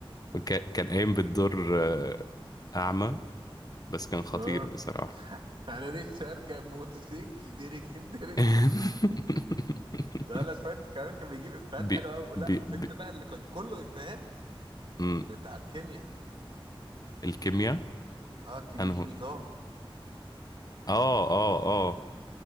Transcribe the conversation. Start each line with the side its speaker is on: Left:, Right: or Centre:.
Left: وك- كان قايم بالدور آه، اعمى بس كان خطير
Right: آه.
Left: بصراحة
Right: <laughs> انا نفسي اركب موتوسيكل درجين درجين
Left: <laughs>
Right: لا لا شويه كمان كان بيجيب افيهات
Left: بي
Right: حلوه قوي لا
Left: بي
Right: فيلم
Left: بي
Right: بقى اللي كان كله افيهات
Left: مم،
Right: بتاع الكيمياء
Left: الكيمياء
Right: اه كيمي
Left: انا
Right: كيمي
Left: هو
Right: كان
Left: اه اه اه